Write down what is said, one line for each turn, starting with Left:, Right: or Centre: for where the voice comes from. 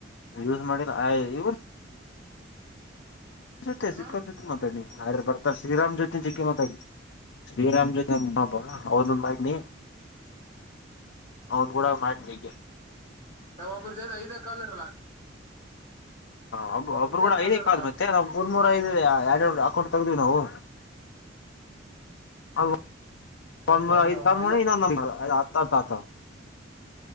Left: ಯೂಸ್ ಮಾಡಿಲ್ಲ ಇವ್ರ ಜೊತೆ
Right: ಹ್ಮ್
Left: ಸಿಕ್ಕರ್ ಜೊತೆ ಮಾತಾಡ್ನಿ ಯ್ರೆ ಬರ್ತಾರೆ ಶ್ರೀರಾಮ್ ಜೊತೆ ಚಿಕ್ಕ ಮಾತಾಡ್ಿನಿ ಶ್ರೀರಾಮ್ ಜತೆ ಅಮ್ಮಬ್ಬಾ ಹೌದೊಂದಾಗನಿ ಅವನು ಕೂಡ ಮಾಡ ಜಗೆ
Right: ಯ ಒಬರ್ ಐದ ಕಾಲ ಇರಲ್ಲಾ
Left: ಹಬ್ ಒಬ್ರುೂಡ
Right: ಕಾಲ್
Left: ಐದೇಕ
Right: ಇರಲ್ಲ
Left: ಆದ ಮತ್ತೆ ನಾ್ ಮೂರ್ ಮೂೂರ ದೆ ಆಡ ಅಕೌಂಟ್ ತೆೆಗೆ್ದೀವಿ ನಾವು ಅದು <unintelligible>
Right: ಹಂಗನ
Left: ಇನ್ನೊಂದು
Right: ಮಲ್ಯ
Left: ನಂಬರ್ ಹತ್ ಹತ್ ಅಥವಾ.